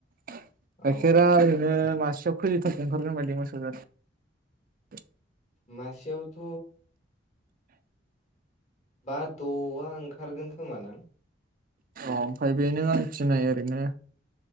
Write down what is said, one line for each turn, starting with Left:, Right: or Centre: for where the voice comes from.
Right: गाइखेर
Left: औ
Right: ओरैनो मासेयाव खै लिथारसो ओंखारगोन बादि मोसौ जारसि
Left: मसेयावथ' बा द'आ ओंखारगोन खोमा आं
Right: औ ओमफ्राय बेनो आं फिनाय ओरैनो